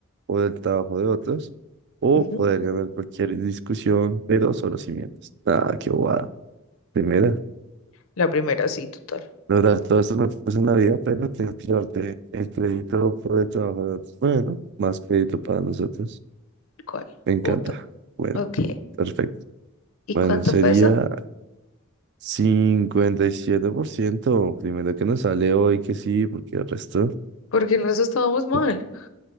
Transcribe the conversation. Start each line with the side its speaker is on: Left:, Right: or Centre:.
Right: o del trabajo de otros, o
Left: ujú.
Right: poder ganar cualquier discusión, pero solo si mientes. Nada, qué bobada. Primera,
Left: La primera, sí, total.
Right: lograr todo esto me pasa en la vida, pero tienes que llevarte el crédito por el trabajo de otros. Bueno, más crédito para nosotros.
Left: ¿Cuál?
Right: Me encanta.
Left: Punto.
Right: Bueno,
Left: Ok.
Right: perfecto.
Left: ¿Y
Right: Bueno,
Left: cuánto
Right: sería
Left: fue eso?
Right: cincuenta y siete por ciento primero que nos sale hoy que sí, porque el resto,
Left: Porque el resto estábamos mal.
Right: ok,